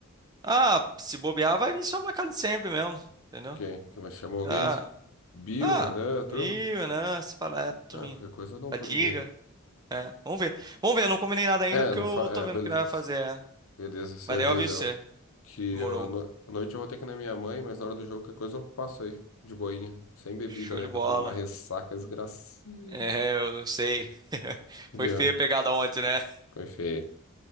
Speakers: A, on the right; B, on the left.
A: Ah, se bobear, vai vir só na casa de sempre mesmo, entendeu?
B: Quem? Quem mais chamou alguém?
A: Ah,
B: Bill,
A: ah,
B: Renan, a
A: viu,
B: turma?
A: né? Essa palestra,
B: Ah,
A: minha.
B: qualquer coisa eu dou
A: A
B: um pulinho
A: liga.
B: aí.
A: É, vamos ver. Vamos ver, eu não combinei nada ainda
B: É,
A: porque
B: não
A: eu
B: fa... é,
A: tô vendo
B: beleza.
A: o que nós vai fazer. é.
B: Beleza, você
A: Mas
B: avisa
A: daí eu aviso
B: eu.
A: você.
B: Que
A: Demorou.
B: eu, à no- à noite eu vou ter que ir na minha mãe, mas na hora do jogo, qualquer coisa eu passo aí, de boinha. Sem bebida,
A: Show
B: né?
A: de
B: Que
A: bola.
B: eu tô numa ressaca desgracia.
A: É, eu não sei. <laughs> Foi
B: Viu?
A: feia a pegada ontem, né?
B: Foi feio.